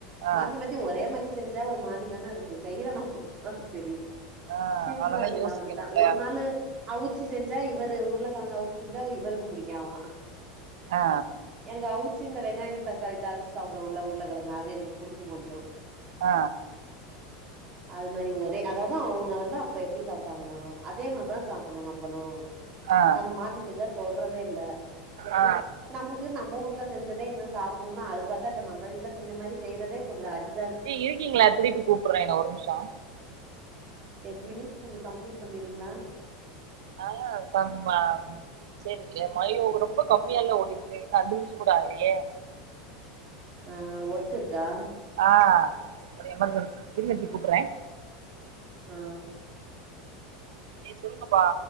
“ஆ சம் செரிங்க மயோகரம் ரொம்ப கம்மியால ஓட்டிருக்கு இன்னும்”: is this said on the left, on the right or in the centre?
Right